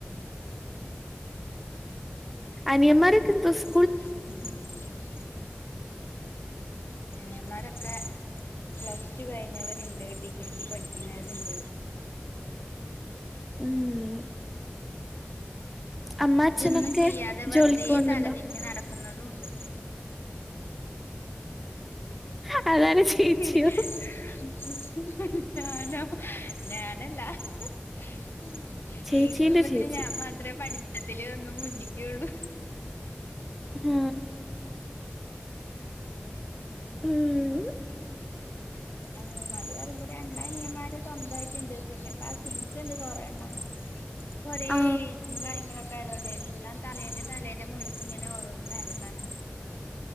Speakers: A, in the centre; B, on the left (about 70°).
A: അനിയൻമാരോക്കെ എന്തുസ്
B: ഉ അനിയന്മാരൊക്കെ പ്ലസ്ടു കഴിഞ്ഞവരുണ്ട് ഡിഗ്രിക്ക് പഠിക്കുന്നവരുണ്ട്
A: ഉം അമ്മാച്ചനൊക്കെ
B: ഇതൊന്നും ചെയ്യാതെ വെറുതെ
A: ജോലിക്ക് പോകുന്നുണ്ടോ
B: തലതിരിഞ്ഞ് നടക്കുന്നതും ഉണ്ട്
A: ആ അതാണ് ചേച്ചിയോ
B: പിന്നേ ഞാനാ ഞാനല്ല ഹ ഹ
A: ചേച്ചീന്റെ
B: ഈ കുടുംബത്തിന്
A: ചേച്ചി
B: ഞാൻ മാത്രേ പഠി തത്തിലൊന്നും മുന്നിക്കൊള്ളൂ
A: ആ ഉം
B: അനിയന്മാര് പറയുമ്പോ രണ്ട അനിയ്യന്മാര് സ്വന്തയിട്ട്ണ്ട് പിന്നെ കസിൻസ് ണ്ട് കൊറെ ണ്ണം ഓ ക്കൊരോ
A: ആ
B: എയ്ജും കാര്യങ്ങ അപ്പ അതുകൊണ്ട് എല്ലാം തലേൻ്റെ തലേൻ്റെ മോളിക്ക്ങ്ങനെ ഓരോന്നും നേരന്നാണ്